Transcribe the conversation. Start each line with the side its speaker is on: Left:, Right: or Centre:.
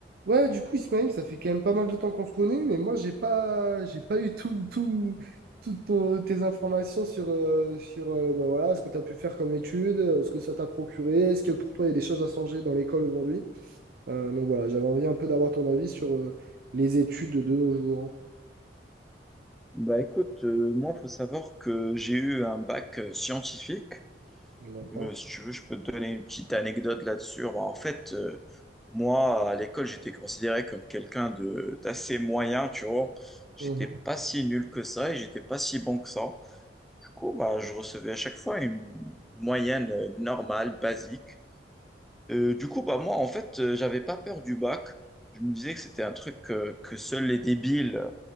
Right: Ouais, du coup, Ismaël, ça fait quand même pas mal de temps qu'on se connaît, mais moi, j'ai pas, j'ai pas eu tout, tout, toutes ton- tes informations sur, euh, sur euh, bah voilà, ce que tu as pu faire comme études, euh, ce que ça t'a procuré, est-ce que pour toi, il y a des choses à changer dans l'école aujourd'hui? Euh, donc voilà, j'avais envie un peu d'avoir ton avis sur euh, les études de nos jours.
Centre: Bah écoute, euh, moi, faut savoir que j'ai eu un bac euh, scientifique.
Right: hein. D'accord.
Centre: Euh, si tu veux, je peux te donner une petite anecdote là-dessus. Alors, en fait, euh, moi, à l'école, j'étais considéré comme quelqu'un de d'assez moyen, tu vois. J'étais
Right: Mhm.
Centre: pas si nul que ça et j'étais pas si bon que ça. Du coup, bah, je recevais à chaque fois une moyenne euh, normale, basique. Euh, du coup, bah moi, en fait, euh, j'avais pas peur du bac. Je me disais que c'était un truc euh, que seuls les débiles